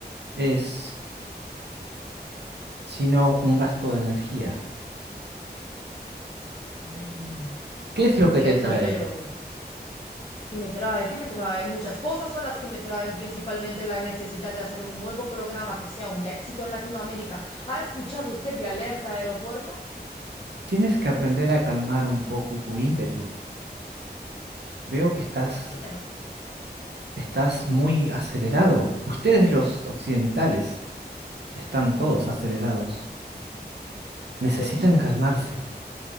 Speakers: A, on the right; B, on the left.
A: es sino un gasto de energía.
B: Mm,
A: ¿Qué es
B: Entiendo,
A: lo que te trae?
B: pero... que me trae, que me trae muchas cosas son las que me traen principalmente la necesidad de hacer un nuevo programa que sea un éxito en Latinoamérica. ¿Ha escuchado usted de Alerta Aeropuerto?
A: Tienes que aprender a calmar un poco tu ímpetu. Veo que estás,
B: ¿A qué te refieres?
A: estás muy acelerado. Ustedes los occidentales están todos acelerados. Necesitan
B: Pues,
A: calmarse.